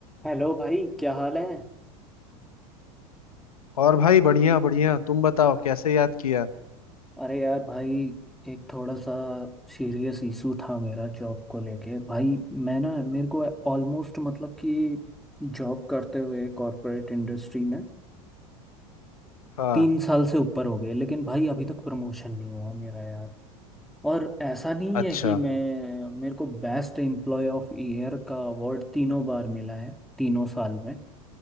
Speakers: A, in the centre; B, on the left.
A: Hello भाई क्या हाल है
B: और भाई बढ़िया बढ़िया तुम बताओ कैसे याद किया
A: अरे यार भाई एक थोड़ा सा सीरियस इशू था मेरा जॉब को लेके भाई मैं ना मेरे को ऑलमोस्ट मतलब कि जॉब करते हुए कॉरपोरेट इंडस्ट्री में
B: हाँ
A: तीन साल से ऊपर हो गए लेकिन भाई अभी तक प्रमोशन नहीं हुआ मेरा यार और ऐसा नहीं
B: अच्छा
A: है कि मैं मेरे को बेस्ट एम्प्लॉय ऑफ ईयर का अवार्ड तीनों बार मिला है तीनों साल में